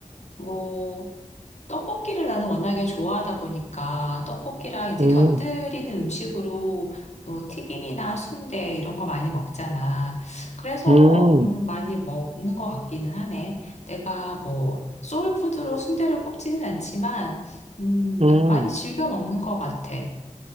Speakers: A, on the left (about 60°); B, on the right (about 50°).
A: 뭐, 떡볶이를 나는 워낙에 좋아하다 보니까, 떡볶이랑 이제
B: 음,
A: 곁들이는 음식으로 뭐 튀김이나 순대 이런 거 많이 먹잖아. 그래서,
B: 음,
A: 음, 많이 먹는 것 같기는 하네. 내가 뭐, 소울푸드로 순대를 꼽지는 않지만, 음,
B: 음,
A: 마- 많이
B: 음,
A: 즐겨 먹는 것 같아.